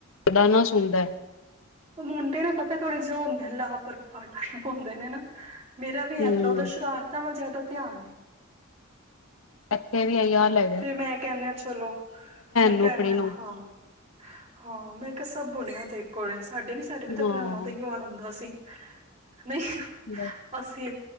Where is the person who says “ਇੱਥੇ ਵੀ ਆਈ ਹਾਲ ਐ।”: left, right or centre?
Left